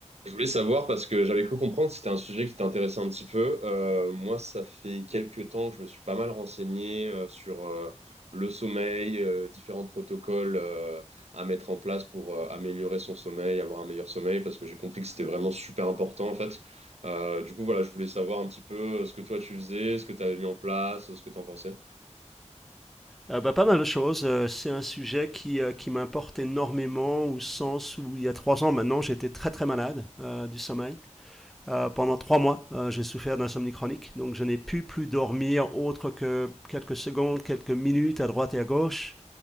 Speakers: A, on the right; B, in the centre.
A: Je voulais savoir parce que j'avais cru comprendre que c'était un sujet qui t'intéressait un petit peu. Euh, moi, ça fait quelques temps que je me suis pas mal renseigné euh, sur euh, le sommeil, euh, différents protocoles euh, à mettre en place pour euh, améliorer son sommeil, avoir un meilleur sommeil, parce que j'ai compris que c'était vraiment super important en fait. Euh, du coup, voilà, je voulais savoir un petit peu euh, ce que toi tu faisais, ce que tu avais mis en place, euh, ce que t'en pensais.
B: Euh, bah, pas mal de choses. Euh, c'est un sujet qui, euh, qui m'importe énormément au sens où il y a trois ans maintenant, j'étais très très malade euh, du sommeil. Euh, pendant trois mois, euh, j'ai souffert d'insomnie chronique, donc je n'ai pu plus dormir autre que quelques secondes, quelques minutes à droite et à gauche,